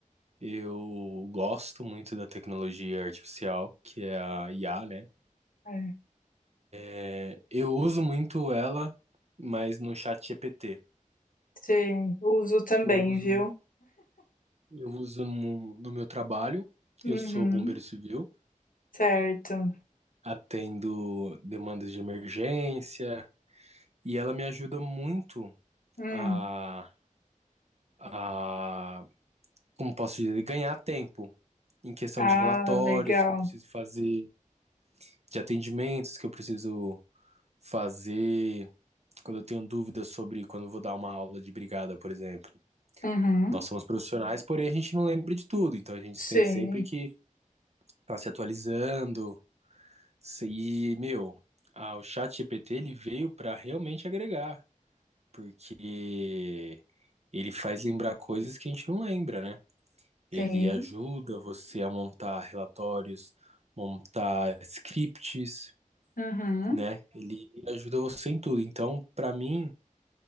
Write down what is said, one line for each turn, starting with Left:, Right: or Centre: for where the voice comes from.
Right: eu gosto muito da tecnologia artificial, que é a IA, né?
Left: é,
Right: Eh, Eu uso muito ela, mas no chat GPT.
Left: sim, uso também,
Right: Eu uso,
Left: viu?
Right: eu uso no, no meu trabalho,
Left: Uhum,
Right: eu sou bombeiro civil,
Left: certo.
Right: atendo demandas de emergência, e ela me ajuda muito
Left: Hum,
Right: a, a, como posso dizer, ganhar tempo. em questão
Left: ah,
Right: de relatórios
Left: legal.
Right: que eu preciso fazer, de atendimentos que eu preciso fazer, quando eu tenho dúvidas sobre quando eu vou dar uma aula de brigada, por exemplo.
Left: Uhum,
Right: Nós somos profissionais, porém a gente não lembra de tudo, então a gente
Left: sim,
Right: tem sempre que estar tá se atualizando. E, meu, a, o chat GPT ele veio para realmente agregar, porque ele faz lembrar coisas que a gente não lembra, né? Ele
Left: sim.
Right: ajuda você a montar relatórios, montar scripts,
Left: Uhum.
Right: né? Ele ajuda você em tudo. Então, para mim,